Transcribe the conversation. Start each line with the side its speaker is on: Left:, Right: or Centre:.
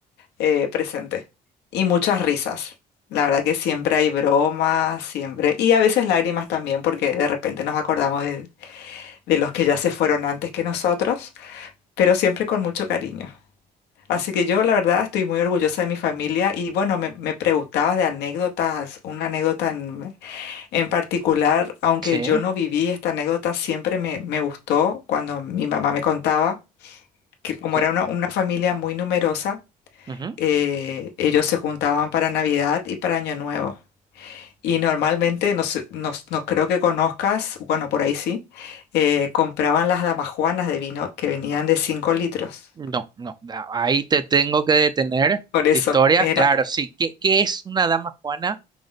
Left: eh, presente. Y muchas risas. La verdad que siempre hay bromas, siempre. Y a veces lágrimas también, porque de repente nos acordamos de de los que ya se fueron antes que nosotros, pero siempre con mucho cariño. Así que yo, la verdad, estoy muy orgullosa de mi familia y bueno, me, me preguntabas de anécdotas, una anécdota en, en particular, aunque
Right: Sí.
Left: yo no viví esta anécdota, siempre me, me gustó cuando mi mamá me contaba que como
Right: que-
Left: era una, una familia muy numerosa,
Right: ujú.
Left: eh, ellos se juntaban para Navidad y para Año Nuevo. Y normalmente, no, sé- no, no creo que conozcas, bueno, por ahí sí, eh, compraban las damajuanas de vino que venían de 5 litros.
Right: No, no. a- Ahí te tengo que detener.
Left: Por eso,
Right: De historias,
Left: era...
Right: claro, sí. ¿Qué, qué es una dama juana?